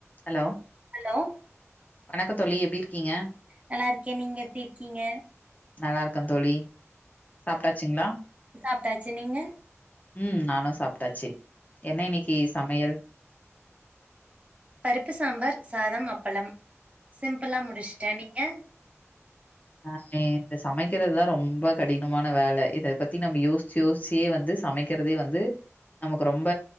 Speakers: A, on the left; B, on the right.
A: ஹலோ
B: ஹலோ
A: வணக்க தோழி எப்டி இருக்கீங்க
B: நல்லா இருக்கேன் நீங்க எப்டி இருக்கீங்க
A: நல்லா இருக்க தோழி சாப்ட்டாச்சுங்ளா
B: சாப்ட்டாச்சு நீங்க
A: ம் நானு சாப்ட்டாச்சு என்ன இன்னைக்கி சமையல்
B: பருப்பு சாம்பார் சாதம் அப்பளம் சிம்புளா முடிச்ட்டே நீங்க
A: அண்ணே இந்த சமைக்கிறதுதா ரொம்ப கடினமான வேல இத பத்தி நம்ம யோசிச்சு யோசிச்சுயே வந்து சமைக்கிறதே வந்து நமக்கு ரொம்ப